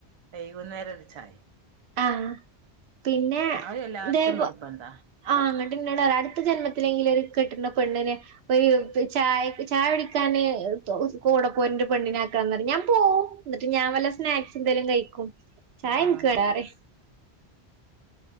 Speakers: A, on the right; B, on the right.
A: വൈകുന്നേരം ഒരു ചായിം
B: ആഹ് പിന്നെ
A: അയ് എല്ലാർക്കും
B: ഇതേപോ
A: നിർബന്ധ
B: ആഹ് അങ്ങനട്ട്ന്നോട് പറിം അടുത്ത ജന്മത്തിലെങ്കില ഒരു കെട്ടുന്ന പെണ്ണിന് ഒരു ചായ ചായ കുടിക്കാന് കൂടെ പോറ്നെ ഒരു പെണ്ണിനെ ആക്കണംന്ന് പറ ഞാൻ പോവും എന്നിട്ട് ഞാൻ വല്ല സ്നാക്സ് എന്തേലും കഴിക്കും ചായ്
A: ആഹ്
B: നിക്ക് വേണ്ടാ റിം